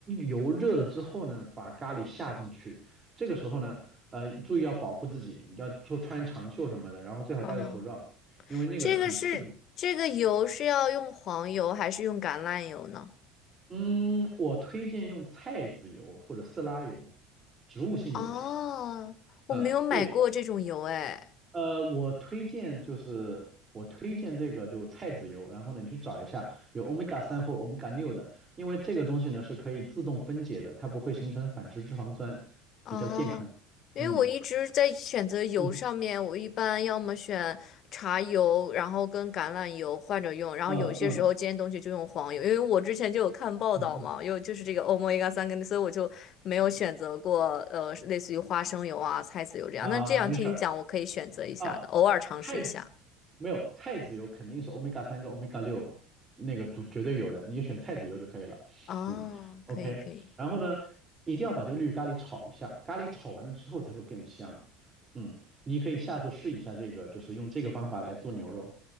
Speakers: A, on the right; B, on the left.
A: 油热了之后呢，把咖喱下进去。这个时候呢，呃，注意要保护自己，你要说穿长袖什么的，然后最好戴个口罩，
B: 哦，
A: 因为那个很刺激。
B: 这个是这个油是要用黄油还是用橄榄油呢？
A: 嗯，我推荐用菜籽油或者色拉油，植物性油脂。
B: 哦，
A: 嗯，
B: 我没有买过这种油哎。
A: 对。呃，我推荐就是我推荐这个就菜籽油，然后呢你去找一下有欧米伽三或欧米伽六的，因为这个东西呢是可以自动分解的，它不会形成反式脂肪酸，
B: 哦，
A: 比较健康。
B: 因为我一直在选择油上面，
A: 嗯嗯
B: 我一般要么选茶油，然后跟橄榄油换着用，然后有些时候煎东西就用黄油，
A: 嗯嗯
B: 因为我之前就有看报道嘛，
A: 嗯嗯
B: 有就是这个欧米伽三跟，所以我就没有选择过呃类似于花生油啊、菜籽油这样。
A: 啊，
B: 那这样听你讲，
A: 没事儿
B: 我可以选择一下的，
A: 啊，
B: 偶尔尝试一下。
A: 菜籽没有菜籽油肯定是欧米伽三跟欧米伽六那个绝绝对有的，你就选菜籽油就可以了。
B: 哦，
A: 嗯，OK，
B: 可以可以，
A: 然后呢，一定要把这个绿咖喱炒一下，咖喱炒完了之后才会更香。嗯，你可以下次试一下这个，就是用这个方法来做牛肉。